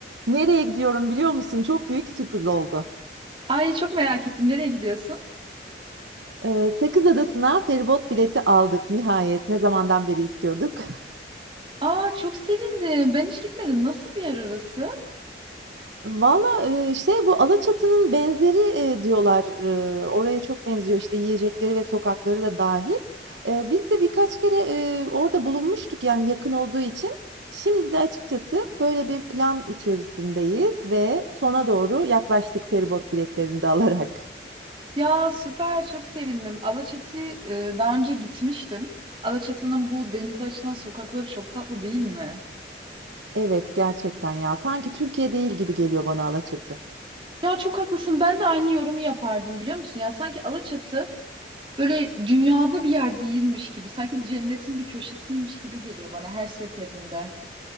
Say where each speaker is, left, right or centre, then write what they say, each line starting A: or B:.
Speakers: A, on the right; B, on the right.
A: Nereye gidiyorum biliyor musun? Çok büyük sürpriz oldu.
B: Ay çok merak ettim. Nereye gidiyorsun?
A: Ee, Sakız Adası'na feribot bileti aldık nihayet. Ne zamandan beri istiyorduk.
B: Aa çok sevindim. Ben hiç gitmedim. Nasıl bir yer orası?
A: <laughs> Valla e, şey bu Alaçatı'nın benzeri e, diyorlar. E, oraya çok benziyor işte yiyecekleri ve sokakları da dahil. E, biz de birkaç kere e, orada bulunmuştuk yani yakın olduğu için. Şimdi de açıkçası böyle bir plan içerisindeyiz ve sona doğru yaklaştık feribot biletlerini de alarak.
B: Ya süper çok sevindim. Alaçatı'ya e, daha önce gitmiştim. Alaçatı'nın bu denize açılan sokakları çok tatlı değil mi?
A: Evet gerçekten ya sanki Türkiye değil gibi geliyor bana Alaçatı.
B: Ya çok haklısın. Ben de aynı yorumu yapardım biliyor musun? Ya sanki Alaçatı böyle dünyada bir yer değilmiş gibi. Sanki bir cennetin bir köşesiymiş gibi geliyor bana her seferinde.